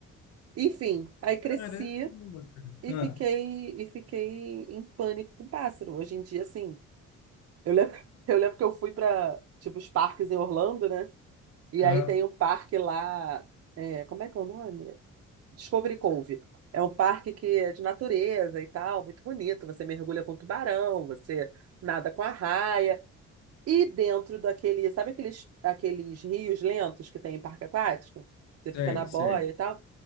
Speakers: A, on the right; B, on the left.
A: Enfim, aí cresci
B: Caramba, cara.
A: e fiquei e fiquei em pânico com pássaro. Hoje em dia, assim, eu lembro, <laughs> eu lembro que eu fui para tipo os parques em Orlando, né? E
B: Ah,
A: aí
B: aham,
A: tem um parque lá, é, como é que é o nome? Discovery Cove. É um parque que é de natureza e tal, muito bonito. Você mergulha com um tubarão, você nada com arraia. E dentro daquele, sabe aqueles, aqueles rios lentos que tem em parque aquático? Você fica
B: sei,
A: na boia
B: sei.
A: e tal.